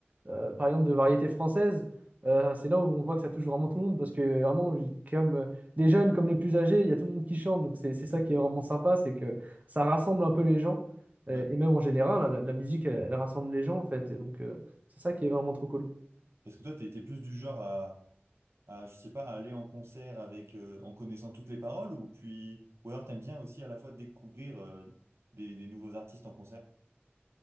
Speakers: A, on the right; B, on the right.
A: euh, par exemple, de variété française, euh, c'est là où on voit que ça touche vraiment tout le monde, parce que vraiment, j- comme euh, les jeunes, comme les plus âgés, il y a tout le monde qui chante, donc c'est c'est ça qui est vraiment sympa, c'est que ça rassemble un peu les gens,
B: Ouais.
A: euh, et même en général, hein, la, la musique, elle, elle rassemble les gens, en fait, et donc euh, c'est ça qui est vraiment trop cool.
B: Parce que toi, t'es t'es plus du genre à à, je sais pas, à aller en concert avec, euh, en connaissant toutes les paroles ou puis, ou alors t'aimes bien aussi à la fois découvrir, euh, des, des nouveaux artistes en concert?